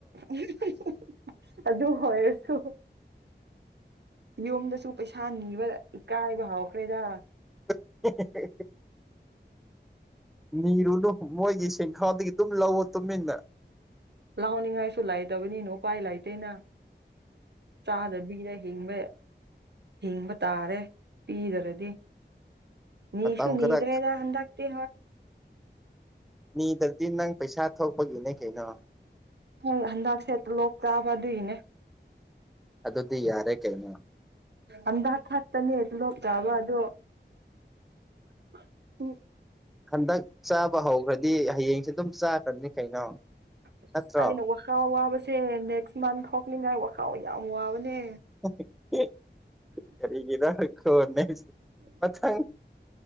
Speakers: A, on the right; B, in the centre.
A: ꯑꯗꯨ ꯑꯗꯨ ꯍꯣꯏꯁꯨ ꯌꯨꯝꯗꯁꯨ ꯄꯩꯁꯥ ꯅꯤꯕ ꯏꯀꯥꯏꯕ ꯍꯧꯥꯎꯈ꯭ꯔꯦꯗ
B: <unintelligible> ꯅꯤꯔꯨꯅꯨ ꯃꯣꯏꯒꯤ ꯁꯤꯡꯈꯥꯗꯒꯤ ꯑꯗꯨꯝ ꯂꯧꯋ ꯇꯨꯃꯤꯟꯅꯟꯅꯦ
A: ꯥꯎꯅꯤꯡꯉꯥꯏꯁꯨ ꯂꯩꯥꯏꯗꯕꯅꯤꯅꯣ ꯄꯥꯏ ꯂꯥꯛꯏꯇꯇꯩꯅ ꯆꯥꯗꯕꯤꯗ ꯍꯤꯡꯕ ꯍꯤꯡꯕ ꯇꯥꯔꯦ ꯄꯤꯗ꯭ꯔꯗꯤ ꯅꯁꯨꯨ
B: ꯃꯇꯝ
A: ꯅꯗ꯭ꯔꯦꯗ
B: ꯈꯔ
A: ꯍꯟꯥꯛꯇ
B: ꯃꯤꯗꯗꯤ ꯅꯪ ꯄꯩꯁꯥ ꯊꯣꯛꯄꯒꯤꯅꯦ ꯀꯩꯅꯣ
A: ꯍꯣꯏ ꯑꯗꯁꯦ ꯂ ꯇꯥꯕ ꯑꯗꯨꯅꯦ
B: ꯑꯗꯨꯗꯤ ꯌꯥꯔꯦ ꯀꯩꯅꯩꯅꯣ
A: ꯑꯗꯈ ꯍꯥꯇꯅꯤꯦ ꯍꯥꯏ ꯂꯣ ꯇꯕ ꯑꯗꯨ ꯑꯗꯨꯣ ꯎ
B: ꯍꯟꯗꯛ ꯆꯥꯕ ꯍꯧꯈ꯭ꯔꯗꯤ ꯍꯌꯦꯡꯁꯦ ꯑꯗꯨꯝ ꯆꯥꯛꯀ꯭ꯔꯅꯤ ꯀꯩꯅꯣ
A: ꯑꯁ
B: ꯅꯠꯇ꯭ꯔꯣ
A: ꯑꯩꯅ ꯋꯥꯈꯥꯎ ꯋꯥꯕꯁꯦ ꯅꯦꯛꯁ ꯃꯟ ꯊꯣꯛꯅꯤꯡꯉꯥꯏ ꯋꯥꯈꯥꯎ ꯌꯥꯝ ꯋꯥꯕꯅꯦ
B: ꯑꯣꯀꯦ ꯔꯤꯒꯤꯗꯈꯣ ꯃꯆꯥ